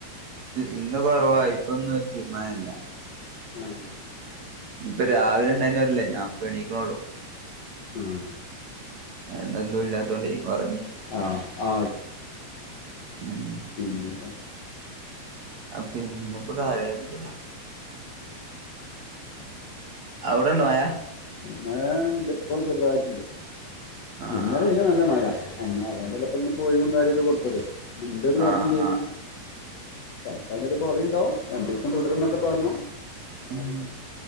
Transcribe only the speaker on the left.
ആഹ്
ആഹ്
ആ ആ പിന്നെ ആ ആ
പിന്നെന്ത
മഴാ ഇണ്ട് ഇപ്പൊ ചെറ്തായിട്ട്ണ്ട്.
ഇന്നലെയ്നു നല്ല മഴ എന്നെ അതോണ്ടല്ലെ ഇപ്പം ഇന്ന് ഒഴിവും കാര്യൊക്ക കൊട്ത്തത് ഇണ്ട്ന്ന് പർഞ്ഞും
ചെയ്ത്
ചെൽപ്പൊ അയ്ന്റൊക കൊറിണ്ടാവും രണ്ടീസം തുടരും ന്നൊക്കെ പറ്ഞ്ഞു ഒന്നു
അറീല്ല